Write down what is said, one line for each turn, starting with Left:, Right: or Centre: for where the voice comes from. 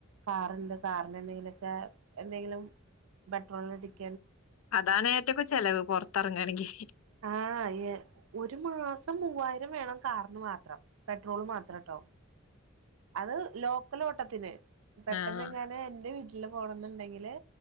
Right: കാറുണ്ട് കാറിന് എന്തെങ്കിലോക്കെ എന്തെങ്കിലും പെട്രോളടിക്.
Left: അതാണ് ഏറ്റക്കും ചെലവ് പോർത്തറങ്ങാണെങ്കി.
Right: ആ അയെ ഒര് മാസം മൂവായിരം വേണം കാറിന് മാത്രം പെട്രോള് മാത്രംട്. ട്ടവും. അത് ലോക്കൽ ഓട്ടത്തിന് പെട്ടെന്ന്
Left: ആഹ്
Right: എങ്ങെനെ എന്റെ വീട്ടില് പോണംന്നുണ്ടെങ്കില്.